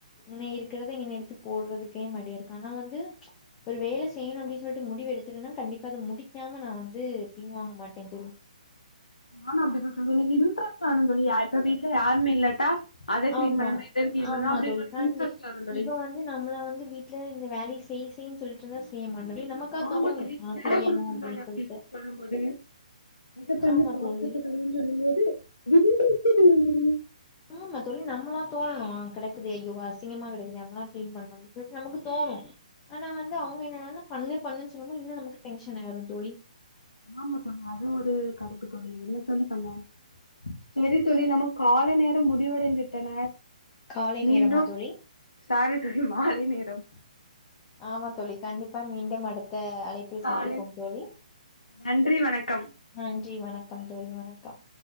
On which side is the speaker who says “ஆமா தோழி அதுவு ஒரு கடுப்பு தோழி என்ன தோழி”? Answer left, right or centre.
Left